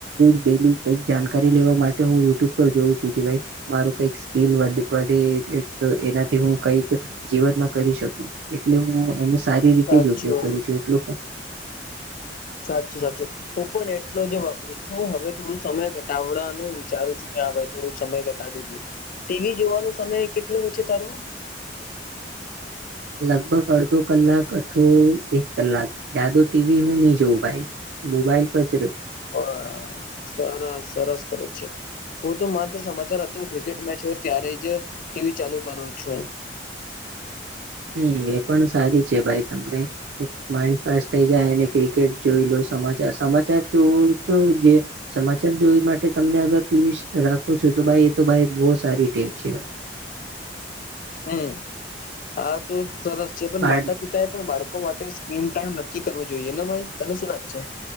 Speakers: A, on the right; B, on the left.
A: ડેલી કક જાણકારી લેવા માટે હું યુટ્યુબ પર જોઉં છુ કે ભાઈ. મારું કઈક સ્કીલ, વધે તો એનાથી હું કઈક. જીવનમાં કરી શકું એટલે હું એને સારી રીતે
B: સાચું
A: જ ઉપયોગ કરું છુ, એટલો હુ
B: સાચું- સાચું હું પણ એટલો જ વાપરું છું, હવે થોડું સમય ઘટાાવડાનો વિચારું છું કેં ભાઈ. થોડુંક સમય ઘટાડી દીધું ટીવી જોવાનું સમય કેટલો ચે તારો?
A: લગભગ અડધો કલાક અથવો એક કલાક જાદો ટીવી હું નહી, જોઉં ભાઈ. મોબાઈલ પચડ
B: અ, સરસ સરસ કરે છે. હું તો માત્ર સમાચાર અથવા ક્રિકેટ મેચ હોય ત્યારે જ ટીવી ચાલુ કરું છું.
A: હમ એ પણ સારી છે. ભાઈ તમને માઇન્ડ ફ્રેશ થઈ જાય ક્રિકેટ જોઈ લો સમાચાર સમાચાર જોવું તો જે સમાચાર જોવી માટે તમને અગર ટીવી રાખો છો, તો ભાઈ એ તો ભ બહ સારી ટેવ છે ભાઈ.
B: હમ હા તો સરસ છે, પણ
A: બાર
B: માતા પિતા એ પણ બાળકો માટે સ્ક્રીમ ટાઈમ નક્કી કરવો જોઈએ ને ભાઈ તને શું રાગ છે?